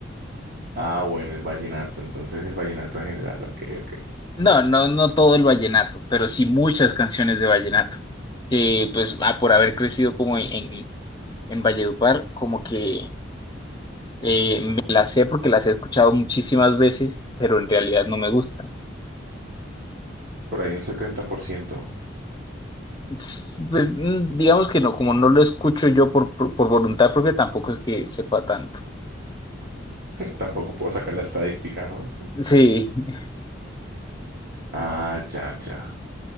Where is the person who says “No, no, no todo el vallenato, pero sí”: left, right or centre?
Left